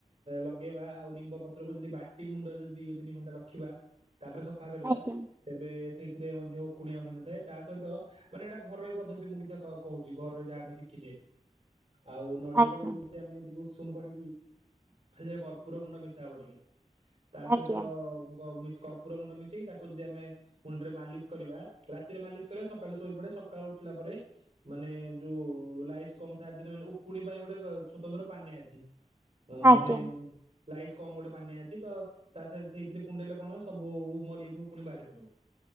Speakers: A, on the right (about 50°); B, on the right (about 20°).
A: ଲଗେଇବା। ଆଉ ନିମ୍ବ ପତ୍ର କୁ ଯଦି ବାଟି ମୁଣ୍ଡରେ ଯଦି ଦି ତିନି ଘଣ୍ଟା ରଖିବା ତାପରେ ସବୁ ସଫା କରିବା
B: ଆଜ୍ଞା
A: ତେବେ ସେଇଥିରେ ମଧ୍ୟ ଉକୁଣୀ ଆଉ ହୋଇନଥାଏ। ତା ସହିତ ମାନେ ଏଇଟା ଘରୋଇ ପଦ୍ଧତି ମୁଁ କି କହୁଛି। ଘରୋଇ ଯାହା ଆମେ ଶିଖିଛେ ଆଉ ନଡିଆ
B: ଆଜ୍ଞା
A: ତେଲକୁ ଆମେ ଉସୁୁମ କରିକି ସେଥିରେ କର୍ପୁର ଗୁଣ୍ଡ ମିଶା ହବ ଟିକେ। ତା ସହିତ
B: ଆଜ୍ଞା।
A: କର୍ପୁର ଗୁଣ୍ଡ ମିଶେଇକି ତାକୁ ଯଦି ଆମେ ମୁଣ୍ଡରେ ମାଲିସ କରିବା ରାତିରେ ମାଲିସ କରିବା ସକାଳୁ ସୋଇପଡ଼ିଆ ସକାଳୁ ଉଠିଲା ପରେ ମାନେ ଯୋଉ ଲାଇସ କମ ସାହାଯ୍ୟରେ ମାନେ ଉକୁଣୀ ପାଇଁ ଗୋଟେ ସ୍ଵତନ୍ତ୍ର ପାନୀୟ ଅଛି। ଅ ମାନେ
B: ଆଜ୍ଞା
A: ଲାଇସ କମ ଗୋଟେ ପାନିଆ ଅଛି ତ ତା ସହିତ ସେଇଥିରେ କୁଣ୍ଡେଇଲେ କଣ ସବୁ ମରିଯାଇଥିବ ଉକୁଣୀ ବାହାରି ପଡିବ।